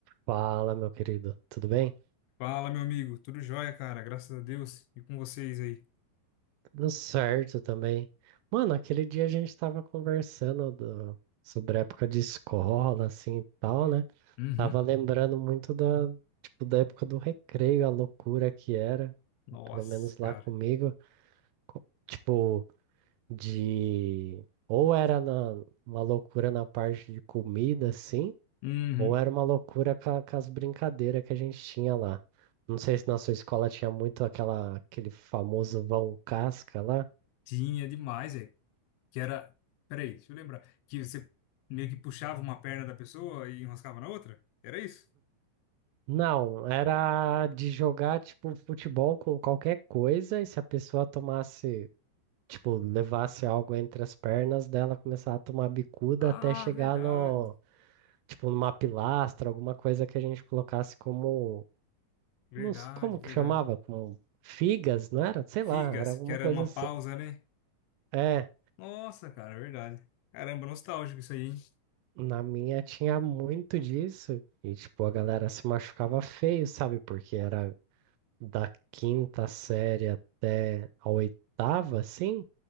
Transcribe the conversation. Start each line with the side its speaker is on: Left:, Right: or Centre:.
Right: Fala, meu querido, tudo bem?
Left: Fala, meu amigo. Tudo jóia, cara. Graças a Deus. E com vocês aí?
Right: Tudo certo também. Mano, aquele dia a gente tava conversando do- sobre a época de escola, assim e tal, né?
Left: Uhum.
Right: Tava lembrando muito da, tipo, da época do recreio, a loucura que era,
Left: Nossa,
Right: pelo menos
Left: cara.
Right: lá comigo, co- tipo, de. Ou era na, uma loucura na parte de comida, assim.
Left: Uhum.
Right: Ou era uma loucura com, a- com as brincadeiras que a gente tinha lá. Não sei se na sua escola tinha muito aquela, aquele famoso vão casca lá.
Left: Tinha demais, é. Que era. Peraí, deixa eu lembrar. Que você meio que puxava uma perna da pessoa e enroscava na outra? Era isso?
Right: Não, era de jogar tipo futebol com qualquer coisa e se a pessoa tomasse, tipo, levasse algo entre as pernas dela, começar a tomar bicuda
Left: Ah,
Right: até chegar
Left: verdade.
Right: no, tipo, numa pilastra, alguma coisa que a gente colocasse como,
Left: Verdade,
Right: não s- como que
Left: verdade.
Right: chamava? Como figas, não era? Sei
Left: Figas,
Right: lá, era alguma
Left: que era
Right: coisa
Left: uma
Right: assim.
Left: pausa, né?
Right: É,
Left: Nossa, cara, verdade. Caramba, nostálgico isso aí, hein?
Right: Na minha tinha muito disso. E, tipo, a galera se machucava feio, sabe? Porque era da quinta série até a oitava, assim.